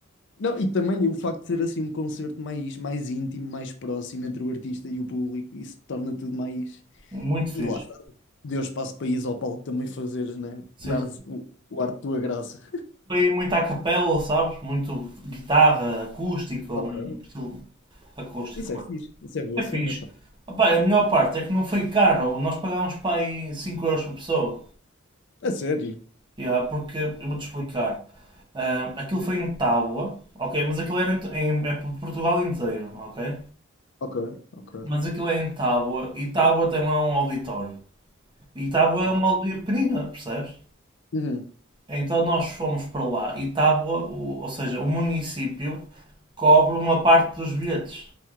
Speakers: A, on the left; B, on the right.
A: Não, e também o facto de ser assim um concerto mais, mais íntimo, mais próximo entre o artista e o público, isso torna tudo mais.
B: Muito
A: E
B: fixe.
A: lá está. Deu espaço para ires ao palco também fazeres, né?
B: Sim.
A: Dar o, o ar de tua graça.
B: Foi muito à capela, sabes? Muito guitarra acústica, um
A: Ok,
B: estilo acústico.
A: Isso
B: pronto.
A: é fixe. Isso é boa
B: É fixe.
A: cena, pá.
B: Opá, a melhor parte é que não foi caro. Nós pagámos para aí 5€ por pessoa.
A: A sério.
B: Yeah, porque eu vou-te explicar. Ah, aquilo foi em Tábua, ok? Mas aquilo era em, em- é por Portugal inteiro, ok?
A: ok, ok,
B: Mas aquilo é em Tábua e Tábua tem lá um auditório. E Tábua
A: ok.
B: é uma aldeia pequenina, percebes?
A: Uhum.
B: Então nós fomos para lá e Tábua, o- ou seja, o município cobre uma parte dos bilhetes